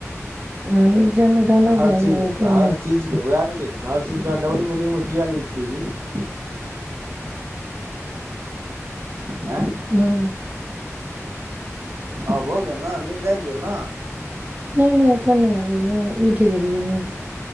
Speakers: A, on the right; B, on the right.
A: ह नीचामे खाना
B: तऽ हर
A: क ल
B: चीज
A: ऊपरमे
B: तऽ हर चीज उएह ने कहै छी तऽ हर चीजके अहाँ डबल मीनिंगमे कििया लै छियै जी हँए
A: हुँ
B: हँ हो गेल ने नींन्द आबि गेल ने
A: नहि नहि क भैय बैठी गेलऐ नींद